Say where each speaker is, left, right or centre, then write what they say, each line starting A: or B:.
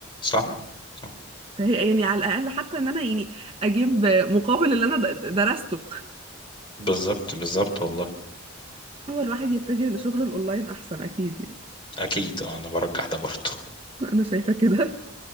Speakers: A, on the left; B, on the right.
A: صح صح صح
B: فهي يعني على الاقل حتى ان انا يعني اجيب مقابل اللي انا د- درسته
A: بالظبط بالظبط والله
B: <laughs> هو الواحد يتجه لشغل الاونلاين احسن اكيد يعني
A: اكيد آه، انا برجح ده برضو
B: انا شايفه كده